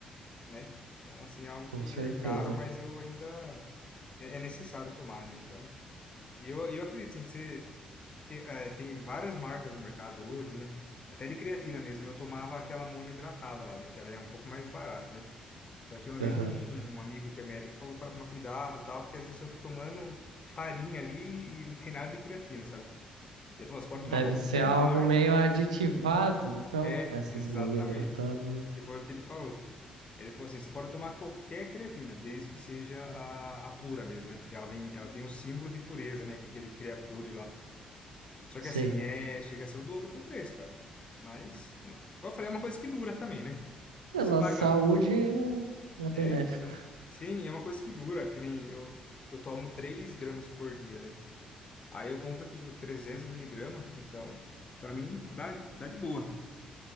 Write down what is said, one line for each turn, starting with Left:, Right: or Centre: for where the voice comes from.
Left: né? Então assim, é algo
Right: com
Left: que
Right: certeza.
Left: é caro, mas eu ainda é é necessário tomar, né? Então, e eu, eu acredito sim, que você tem, eh, tem várias marcas no mercado hoje, né? Até de creatina mesmo, eu tomava aquela monoidratada lá, né? Que ela é um pouco mais barata, né? Só que uma
Right: Aham.
Left: vez um, um amigo que é médico falou para tomar cuidado, e tal, porque às vezes eu tô tomando farinha ali e não tem nada de creatina, sabe? Ele falou, você pode
Right: Deve
Left: tomar qualquer
Right: ser algo
Left: marca.
Right: meio aditivado, então,
Left: É,
Right: essas
Left: exatamente.
Right: monoidratadas. aí.
Left: E foi o que ele falou. Ele falou assim, você pode tomar qualquer creatina, desde que seja a, a pura mesmo, né? Que ela vem, ela tem o símbolo de pureza, né? Que é aquele Creapure lá. Só
Right: Sei.
Left: que assim, é, chega a ser o dobro do preço, cara. Mas, não. Igual eu falei, é uma coisa que dura também, né?
Right: Pela
Left: Então você paga
Right: saúde é benéfico.
Left: É, então. Sim, é uma coisa que dura, que nem eu, eu tomo 3 gramas por dia, né? Aí eu compro tipo 300 miligramas, então, pra mim dá, dá de boa.